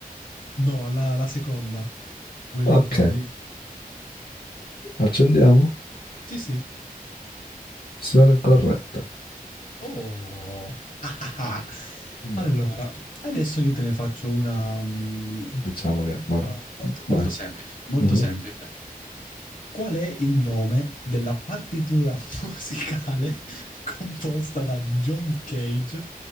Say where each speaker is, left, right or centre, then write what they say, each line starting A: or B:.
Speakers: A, on the left; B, on the left.
A: No, la, la seconda. Wellington
B: Ok,
A: lì.
B: accendiamo.
A: Sì, sì.
B: Opzione corretta.
A: Oh, <laughs> ah, ah, ah.
B: Ma
A: allora, adesso io te ne faccio una mm,
B: diciamo che, vabbè,
A: molto, molto-
B: vai.
A: molto semplice, molto
B: Mhm.
A: semplice. Qual è il nome della partitura musicale <laughs> composta da John Cage